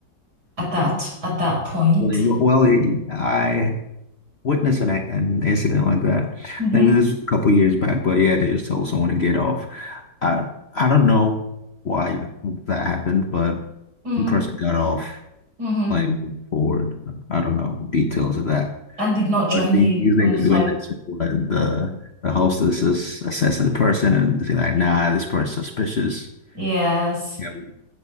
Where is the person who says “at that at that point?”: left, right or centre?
Right